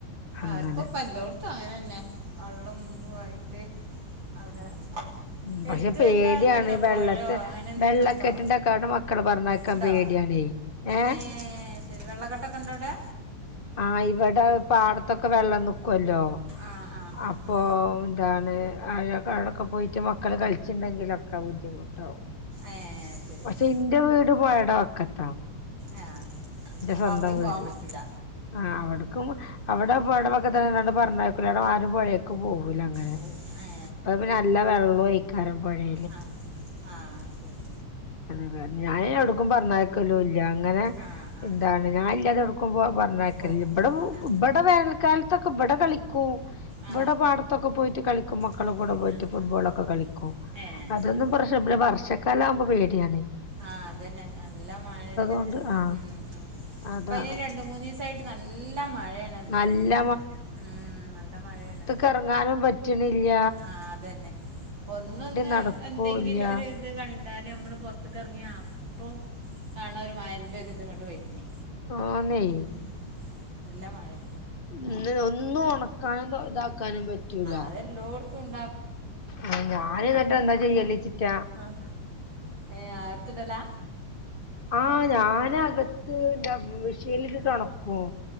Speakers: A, on the left (about 30°); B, on the right (about 60°).
A: അങ്ങനെ
B: ആർക്കൊ പ്പെല്ലോട് അ <unintelligible> ങ്ങനെന്നെ വള്ളും തു ആയിട്ട് അവിടെ
A: ഉം പഷെ
B: എടുത്ത്
A: പേട്യാണ്.
B: എന്താ ഇതുണ്ടോ
A: വെള്ളത്തെ
B: പുഴയോ അങ്ങനെ എന്തെങ്കിലും
A: വെള്ളക്കെട്ടിന്റക്കവടെ
B: ഉണ്ടോ
A: മക്കളെ പറഞ്ഞയക്കാ
B: ഉണ്ടോ
A: പേട്യാണെ ഏഹ്
B: ഏ ശരി വെള്ള കെട്ട് ഒക്കെ ഇണ്ടൊ ഔടെ
A: ആഹ് ഇവടെ പാടത്തൊക്കെ വെള്ളം നിക്കൊല്ലോ
B: ആ ആ ആ
A: അപ്പൊ
B: ആ
A: ഇതാണ് അവി <unintelligible> ടൊക്കെ പോയിട്ട് മക്കള് കളിച്ചിണ്ടെങ്കിലൊക്കെ ബുദ്ധിമുട്ടാവും
B: ഏ ശരി
A: പക്ഷെ
B: ആ
A: ഇന്റെ വീട് പുഴേടെ വക്കത്താ
B: എഹ് ആഹ്
A: എന്റെ
B: അപ്പ
A: സ്വന്തം
B: അവിടിം
A: വീട്
B: പോവാൻ പറ്റൂല
A: ആഹ് അവിട്ക്കും അവിടെ പൊഴടെ വക്കത്തെക്കെ <unintelligible> തന്നെ എണ്ട് പറഞ്ഞക്കല് അവ്ടെ ആരും പോഴിയേക് പോവൂല അങ്ങനെ.
B: ഓ ഏ
A: അപ്പ നല്ല വെളള്വയ്ക്കാരം പൊഴേ
B: ആഹ് ആഹ് ശെരി
A: അതെതേ ഞാന് ഒടുക്കും പറഞ്ഞ യക്കലൂല ഇങ്ങനെ
B: ആ ആ
A: എന്താണ് ഞാൻ ഇല്ലാതെ ക്കും പറ്ഞ്ഞയക്കൽല്യ
B: ഓ
A: ഇബ്ടെ
B: ആ
A: ഇബടെ വേനൽക്കാലത്തൊക്കെ ഇ ബെടെ കളിക്കൂ ഇബെടെ
B: ആ
A: പാടത്തൊക്കെ പോയിട്ട് കളിക്കും. മക്കളെ
B: വീട്ടിൽ
A: കൂടെ പോയിട്ട്
B: ആ
A: ഫുട്ബോളൊക്കെ
B: ആ ആ
A: കളിക്കും
B: ഏ
A: അതൊന്നും
B: ശരി
A: പ്രശ <unintelligible> ഇബ്ടെ വർഷക്കാലാവുമ്പോ പേട്യാണ്
B: ആഹ് അതെന്നെ. നല്ല മഴ ന്റെ
A: കൊണ്ട് ആഹ്
B: ഉം ഉം
A: അതാണ്
B: അപ്പയ്ന് ഇ രണ്ടും മൂന്നീസായിട്ട് നല്ല മഴേണല്ലോ.
A: നല്ല
B: ഉം നല്ല മഴേണ്
A: ക്കെറങ്ങാനും പറ്റ്ണില്ല
B: ആഹ് അതന്നെ ഒന്നൊന്ന്
A: നടക്കൂല്ല
B: എന്തെങ്കിലും ഒര് ത് കണ്ടാല് നമ്മള് പൊറത്ത്ക്കറ്ങ്ങ്യ അപ്പം. കാണ ഒരു മയന്റെ ഇത് ഇങ്ങട്ട് വെര്ന്
A: ആന്നെയ്
B: ഉം നല്ല മഴെ
A: ഉം ഇതിലൊന്നും ഒണക്കാനും ഇതാക്കാനും പറ്റൂല
B: അതെല്ലാട്ത്തും ഉണ്ട്
A: ആഹ് ഞാന് ഇന്നട്ട്. എന്താ ചെയ്യല് ചിക്ക
B: ആഹ് ഏഹ് അഹ്‌ത്ത്ടലാ
A: ആഹ് ഞാന് അകത്ത് ഇട മിഷിലിട്ട് ട്ട് ഒണക്കും